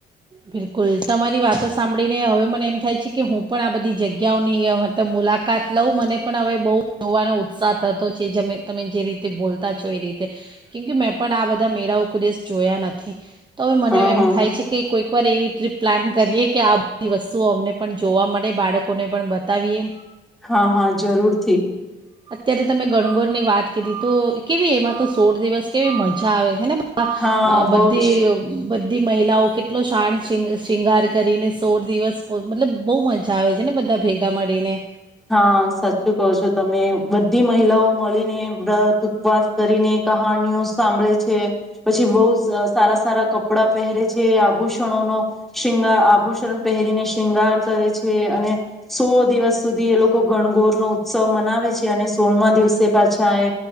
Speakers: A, on the right; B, in the centre.
A: બિલકુલ તમારી વાતો સાંભળીને હવે મને એમ થાય છે, કે હું પણ આ બધી જગ્યાઓની મુલાકાત લઉં મને પણ હવે <unintelligible> જોવાનો ઉત્સાહ થતો જે તમે જે રીતે બોલતા છો એ રીતે કેમકે મેં પણ આ બધા મેળાઓ દેશ જોયા નથી. તો હવે મને
B: હા
A: એમ
B: હા
A: થાય છે, કે કોઈ એવી ટ્રીપ પ્લાન કરીએ કે આ બધી વસ્તુઓ અમને પણ જોવા મળે બાળકોને પણ બતાવીએ.
B: હા હા જરૂરથી
A: ત્યારે તમે ગણગોર ની વાત કરી તો કેવી એમાં તો સોળ દિવસ કેવી મજા આવે છેને <inaudible>
B: હા
A: બધી
B: બહુ જ
A: બધી મહિલાઓ એટલો <unintelligible> શૃંગાર કરીને સોળ દિવસ મતલબ બહુ મજા આવે છે, ને બધા ભેગા મળીને.
B: હા સાચું કહો છો તમે બધી મહિલાઓ મળીને વ્રત ઉપવાસ કરીને કહાણીઓ સાંભળે છે, પછી બહુ સારા સારા કપડાં પહેરે છે, આભૂષણોનો <unintelligible> આભૂષણ પહેરીને શૃંગાર કરે છે, અને સો દિવસ સુધી એ લોકો ગનગોર નો ઉત્સવ મનાવે છે, અને સોળમા દિવસે પાછા